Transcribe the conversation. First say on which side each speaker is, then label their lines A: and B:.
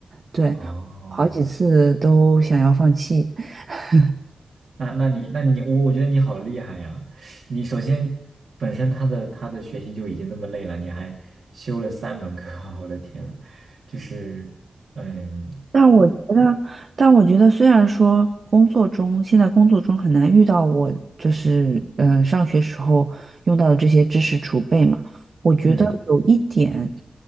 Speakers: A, on the right; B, on the right.
A: 对，
B: 哦。
A: 好几次都想要放弃，<laughs>
B: 那那你那你我我觉得你好厉害呀！你首先本身他的他的学习就已经这么累了，你还修了三门课，<laughs> 我的天呐就是嗯
A: 但我觉得，但我觉得虽然说工作中，现在工作中很难遇到我就是嗯、呃上学时候用到的这些知识储备嘛，我觉得有一点，
B: 嗯